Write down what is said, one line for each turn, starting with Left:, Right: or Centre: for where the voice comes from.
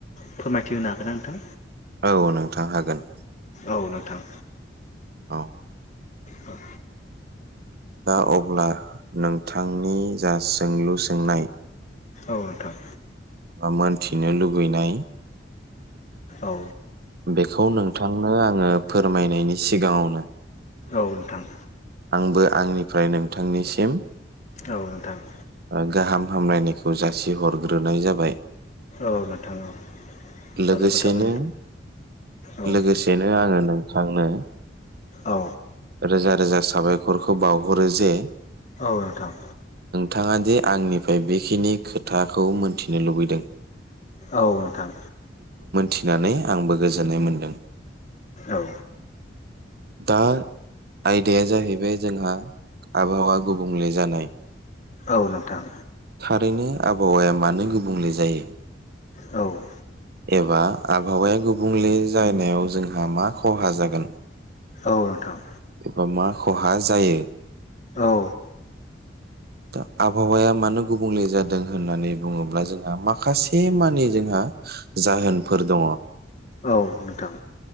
Left: फोरमायथि होनो हागोना नोंथां
Right: औ नोंथां हागोन
Left: औ नोंथां
Right: औ
Left: औ
Right: दा अब्ला नोंथांनि जा सोंलु सोंनाय
Left: औ नोंथां
Right: बा मोनथिनो लुुबैनाय
Left: औ
Right: बेखौ नोंथांनो आंङो फोरमायनायनि सिगाङावनो
Left: औ ओनथां।
Right: आंबो आंनिफ्राय नोंथांनिसिम
Left: औ नोंथां।
Right: ओ गाहाम हामलायनायखौ जासि हरग्रोनाय जाबाय। बाय।
Left: औ नोंथां औ
Right: लोगोसेनो
Left: साबायखर थाबाय नोंथां औ
Right: लोगोसेनो आङो नोंथांनो
Left: औ
Right: रोजा रोजा स साबायख'रखौ बावहरो जे
Left: औ नोंथां।
Right: थाङा दि आंनिफ्राय बेखिनि खोथाखौ मोन थिनो लुबैदों
Left: औ नोंथां
Right: थिनानै आंबो गोजोननाय मोनदों।
Left: औ।
Right: दा आयदाया जाहैबाय जोंहा आबहावा गुबुंले जानाय
Left: औ नोंथां।
Right: ओरैनो आबहावाया मानो गुबुंले जायो?
Left: औ।
Right: एबा आबहावाया गुबुंले जानायाव जोंहा मा खहा जागोन?
Left: औ नोंथां।
Right: एबा मा खहा जायो?
Left: औ।
Right: दा आबहावाया मानो गुबुंले जादों होननानै बुङोब्ला जोंहा माखासे मानि जोंहा जाहोनफोर दङ'।
Left: औ नोंथां